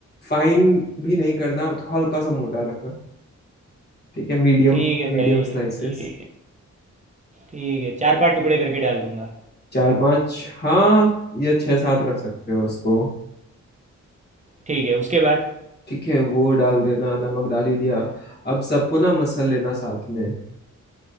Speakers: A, on the left; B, on the right.
A: फाइन भी नहीं करना तो हल्का सा मोटा रखना ठीक है मीडियम
B: ठीक है भाई
A: मीडियम स्लाइसेस
B: ये ठीक है चार पांच टुकड़े करके डाल दूंगा
A: चार पांच हाँ या छह सात रख सकते हो उसको
B: ठीक है उसके बाद
A: ठीक है वो डाल देना नमक डाल ही दिया अब सबको ना मसल लेना साथ में